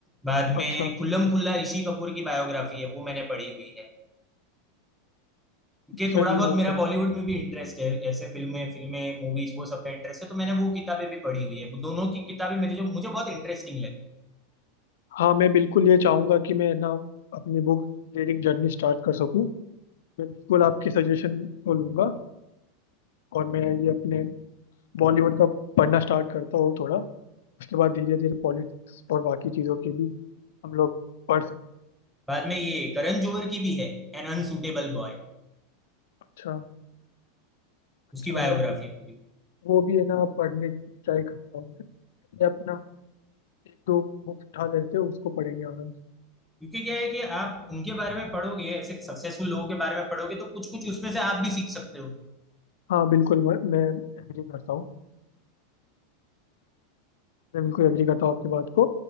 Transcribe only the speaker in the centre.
बाद में
खुल्लम खुल्ला ऋषि कपूर की बायोग्राफी है वो मैंने पढ़ी हुई है क्योंकि थोड़ा
बहुत
मेरा
बॉलीवुड में भी इंटरेस्ट है ऐसे फिल्में फिल्में मूवीज वो सब में इंटरेस्ट है तो मैंने वो किताबें भी पढ़ी हुई है दोनों की किताबें मेरे जो मुझे बहुत इंटरेस्टिंग लगी
बाद में ये करण जोहर की भी है एन अनसुटेबल बॉय
उसकी बायोग्राफी
है पूरी
क्योंकि क्या है कि आप उनके बारे में पढ़ोगे ऐसे सक्सेसफुल लोगों के बारे में पढ़ोगे तो कुछ कुछ उसमें से आप भी सीख सकते हो